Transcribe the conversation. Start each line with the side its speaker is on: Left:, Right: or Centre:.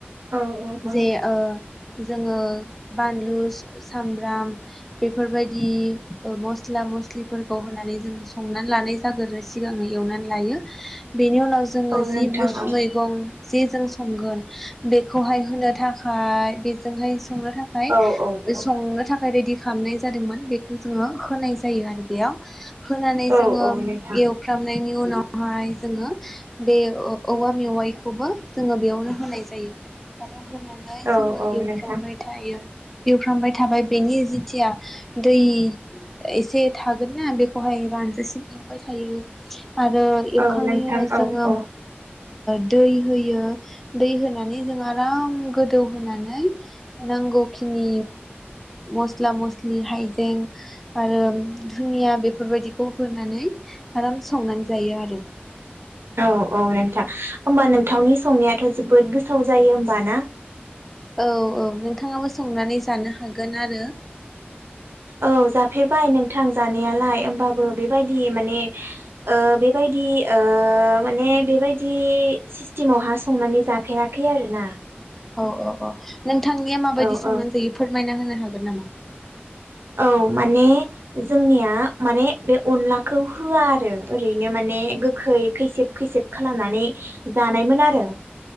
Right: औ औ
Centre: जे ओ जोङो बानलु सामब्राम बेफोरबायदि ओ मस्ला मस्लिफोरखौ होनानै जोङो संनानै लानाय जाग्रोयि सिगाङो एवनानै लायो । बेनि उनाव जोङो
Right: औ
Centre: जि
Right: नोंथां
Centre: <unintelligible>
Right: औ
Centre: मैगं जिजों संगोन बेखौहाय होनो थाखाय बेजोंहाय संनो थाखाय
Right: औ औ औ
Centre: संनो थाखाय रेडि खालामनाय जादोंमोन बेखौ जोङो होनाय जायो आरो बेयाव होनानै
Right: औ
Centre: जोङो
Right: औ नोंथां
Centre: एवफ्रामनायनि उनावहाय जोङो बे ओ-औवा मेवाइखौबो जोङो बेयावनो होनाय जायो । आरो होनानै
Right: औ
Centre: जोङो
Right: औ
Centre: एवफ्रामबाय
Right: नोंथां
Centre: थायो । एवफ्रामबाय थाबाय बेनि जिथिया दै एसे थागोनना बेखौहाय रानजासिम एवबाय थायो आरो
Right: औ
Centre: खांनायनि
Right: नोंथां
Centre: उनाव
Right: औ औ
Centre: जोङो ओ दै होयो दै होनानै जों आराम गोदौ होनानै नांगौखिनि मस्ला मस्लि हाइजें आरो धुनिया बेफोरबायदिखौ होनानै आराम संनानै जायो आरो ।
Right: औ औ नोंथां। होमबा नोंथांनि संनायाथ' जोबोद गोथाव जायो होमबा ना?
Centre: औ औ नों नोंथाङाबो संनानै जानो हागोन आरो।
Right: औ जाफेरबाय नोंथां। जानायालाय ओमबा- बो बेबायदि माने ओ बेबायदि ओ माने बेबायदि सिस्टेमाव हा संनानै जाफेरा खै आरो ना।
Centre: औ औ औ। नोंथांनिया माबायदि
Right: औ
Centre: संनानै
Right: औ
Centre: जायो फोरमायना होनो हागोन नामा?
Right: औ माने जोंनिया माने बे अनलाखौ होआ आरो ओरैनो माने गोखै खैसेब खैसेब खालामनानै जानायमोन आरो।